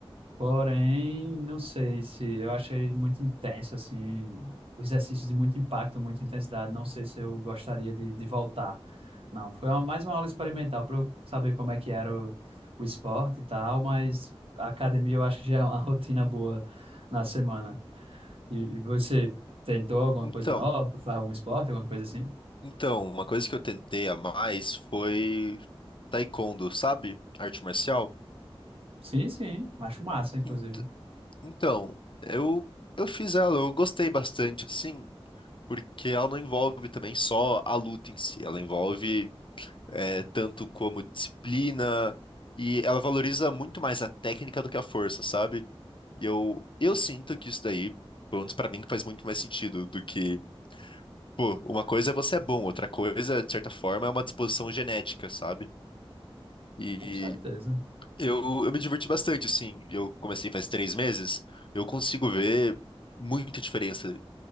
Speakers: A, on the right; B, on the left.
A: porém, não sei se eu achei muito intenso, assim, o exercício de muito impacto, muita intensidade. Não sei se eu gostaria de, de voltar. Não, foi uma- mais uma aula experimental para eu saber como é que era o, o esporte e tal, mas a academia eu acho que já é uma <laughs> rotina boa na semana. E, e você tentou alguma
B: então,
A: coisa nova? Faz algum esporte, alguma coisa assim?
B: então, uma coisa que eu tentei a mais foi taekwondo, sabe? Arte marcial.
A: Sim, sim. Acho massa, inclusive.
B: Ent- Então, eu eu fiz ela, eu gostei bastante, assim, porque ela não envolve também só a luta em si, ela envolve é, tanto como disciplina e ela valoriza muito mais a técnica do que a força, sabe? E eu eu sinto que isso daí, pelo menos pra mim, que faz muito mais sentido do que Pô, uma coisa é você é bom, outra coisa, de certa forma, é uma disposição genética, sabe? E
A: Com certeza.
B: Eu, eu me diverti bastante, assim. Eu comecei faz três meses. Eu consigo ver muita diferença